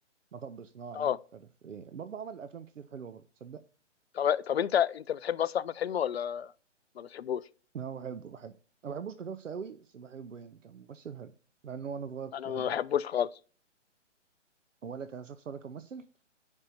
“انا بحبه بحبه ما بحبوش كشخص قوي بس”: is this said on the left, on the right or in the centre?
Right